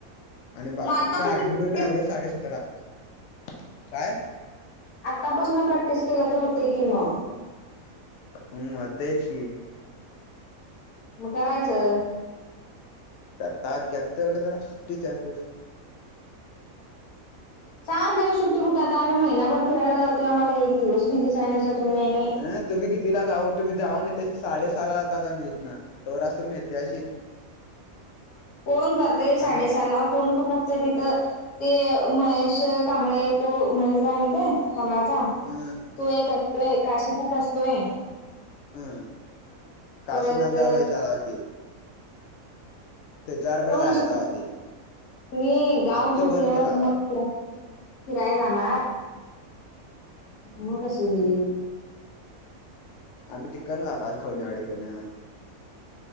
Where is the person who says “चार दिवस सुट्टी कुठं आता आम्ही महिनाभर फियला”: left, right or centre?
Left